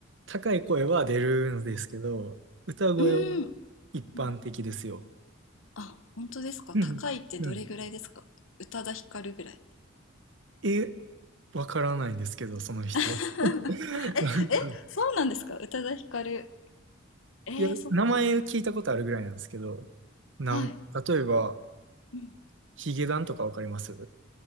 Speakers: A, on the right; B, on the left.
A: 高い声は出るんですけど、
B: う。うん。
A: 歌声は
B: うーん。
A: 一般的ですよ。
B: うん。あ、本当ですか高いってどれぐらいですか宇多田ヒカルぐらい。
A: うん。うん。え、わからないんですけど、その人。
B: <laughs> え、え、
A: <laughs> なんか、
B: そうなんですか宇多田ヒカル。えー、
A: いや、
B: そっか。
A: 名前聞いたことあるぐらいなんですけど、なんか、
B: はい。
A: 例えば、
B: うん。
A: ヒゲダンとかわかります